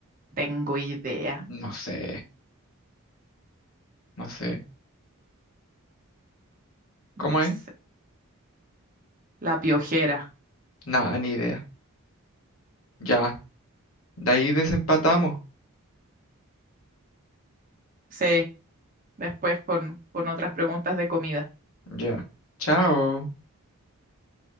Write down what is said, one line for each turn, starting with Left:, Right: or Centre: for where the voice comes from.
Right: Tengo idea.
Left: No sé, no sé. ¿Cómo
Right: No
Left: es?
Right: sé. La piojera.
Left: Nada, ni idea. Ya. De ahí desempatamos.
Right: Sí, después con, con otras preguntas de comida.
Left: Ya. Chao.